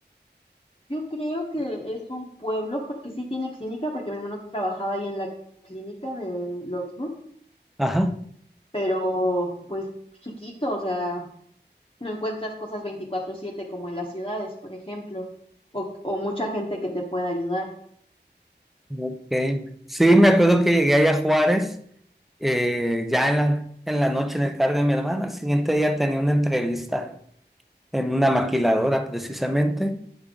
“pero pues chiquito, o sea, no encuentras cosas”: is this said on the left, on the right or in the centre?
Left